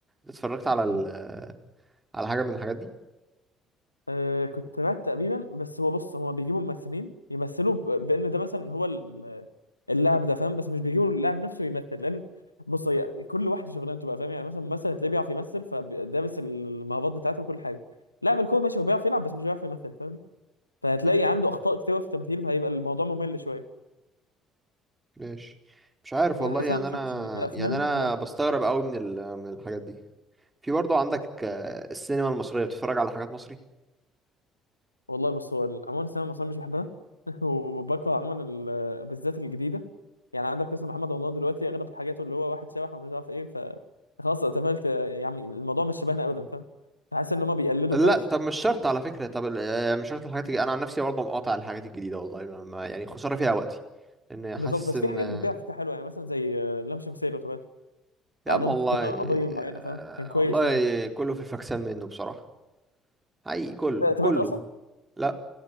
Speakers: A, on the right; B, on the left.
A: اتفرجت على ال...
B: مم.
A: على حاجه من الحاجات دي
B: أه كنت بعت تقريبا بس هو بص هو بيجيبوا ممثلين يمثلوا ب- بان ده مثلا هو ال- اللاعب ده فاهم بس مش بيجيبوا اللاعب نفسه يمثل لان بص هي كل واحد شغلانته بقى فاهم يعني مثلا ممثل هتلاقيه بيعرف يمثل فدابس المهارات بتاعته وكل حاجه لاعب الكوره ماشي هو بيعرف يلعب بس مش بيعرف يمثل فاهم فهتلاقي
A: مم،
B: عنده اخطاء كتيره في التمثيل فهيبقى الموضوع ممل شويه
A: ماشي مش عارف
B: يعني
A: والله
B: حاسس
A: يعني
B: انا ما
A: انا
B: شفتش ان كده افلام
A: يعني انا
B: <laughs> لا.
A: بستغرب قوي من ال... من الحاجات دي في برضه عندك آه، السينما المصرية بتتفرج على حاجات مصري
B: والله بص هو عموما السينما المصريه مش بحبها <laughs> وبكره عموما ال- بالذات الجديده يعني عندك مثلا محمد رمضان دلوقتي اغلب حاجاته اللي هو واحد شبح ومش عارف ايه ف خلاص اتقفلت يعني الموضوع مش شبهنا ابدا فاهم فحاسس ان هما بيقلدوا
A: لا
B: خلاص
A: طب مش شرط على فكرة طب ال- آه، مش شرط الحاجات الج- انا عن نفسي برضه مقاطع الحاجات الجديدة والله ما ما- يعني خسارة فيها وقتي لان حاسس
B: بالظبط بس
A: ان
B: في حاجات جديده على فكره حلوه يعني مثلا زي آه، لام شمسيه لو تابعته
A: يا
B: على
A: عم
B: انهم
A: والله
B: بتتكلم عن قضيه
A: آه،
B: معينه فاهم كان كويس
A: والله
B: والله
A: كله في الفكسان منه بصراحة حقيقي كله
B: أنت
A: كله
B: تابعته اصلا
A: لا